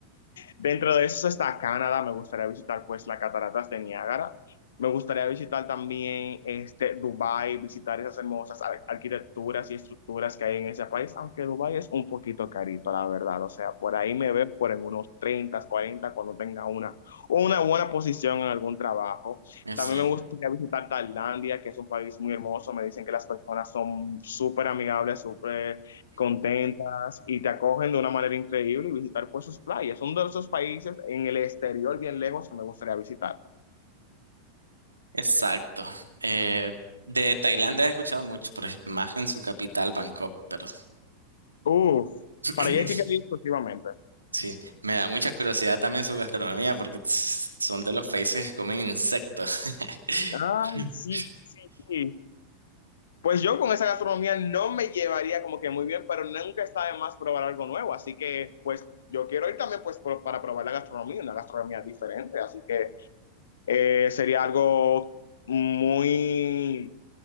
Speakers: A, on the left; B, on the right.
A: Dentro de eso está Canadá, me gustaría visitar pues las cataratas de Niágara. Me gustaría visitar también este, Dubái, visitar esas hermosas ar- arquitecturas y estructuras que hay en ese país, aunque Dubái es un poquito carito, la verdad. O sea, por ahí me veo por en unos 30, 40 cuando tenga una, una buena posición en algún trabajo.
B: Exacto.
A: También me gustaría visitar Tailandia, que es un país muy hermoso. Me dicen que las personas son súper amigables, súper contentas y te acogen de una manera increíble y visitar pues sus playas. Son de esos países en el exterior bien lejos que me gustaría visitar.
B: Exacto. Eh, de Tailandia he escuchado mucho, por ejemplo más en su capital, Bangkok, pero
A: Uf,
B: <clears throat>
A: para allá es que quiero ir exclusivamente.
B: sí, me da mucha curiosidad también su gastronomía porque tss, son de los países que comen insectos. <laughs>
A: ah sí, sí, sí. sí. Pues yo con esa gastronomía no me llevaría como que muy bien, pero nunca está de más probar algo nuevo. Así que pues yo quiero ir también pues por- para probar la gastronomía, una gastronomía diferente. Así que eh, sería algo muy